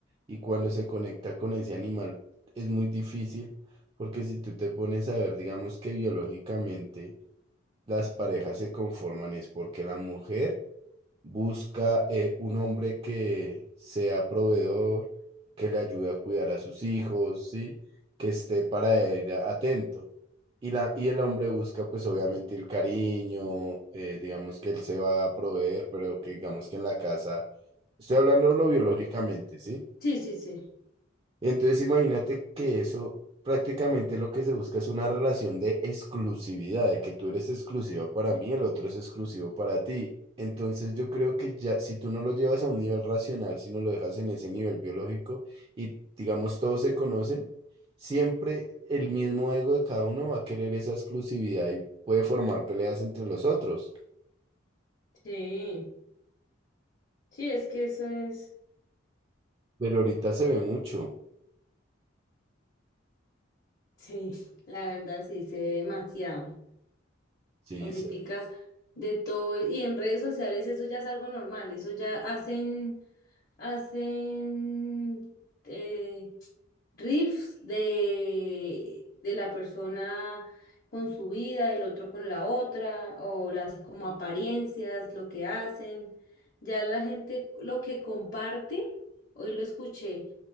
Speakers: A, on the right; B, on the left.
A: y cuando se conecta con ese animal es muy difícil porque si tú te pones a ver, digamos que biológicamente las parejas se conforman es porque la mujer busca eh, un hombre que sea proveedor, que le ayude a cuidar a sus hijos, ¿sí? Que esté para ella atento. Y, la, y el hombre busca pues obviamente el cariño, eh, digamos que él se va a proveer, pero que digamos que en la casa, estoy hablando biológicamente, ¿sí?
B: Sí, sí, sí,
A: Entonces imagínate que eso prácticamente lo que se busca es una relación de exclusividad, de que tú eres exclusiva para mí, el otro es exclusivo para ti. Entonces yo creo que ya si tú no lo llevas a un nivel racional, si no lo dejas en ese nivel biológico y digamos todos se conocen, siempre el mismo ego de cada uno va a querer esa exclusividad y puede formar peleas entre los otros.
B: sí, sí, es que eso es,
A: Pero ahorita se ve mucho.
B: sí, la verdad sí, sé demasiado.
A: Sí,
B: Ahoritica
A: se ve.
B: de todo, y en redes sociales eso ya es algo normal, eso ya hacen, hacen eh, reels de, de la persona con su vida, el otro con la otra, o las como apariencias, lo que hacen. Ya la gente lo que comparte, hoy lo escuché,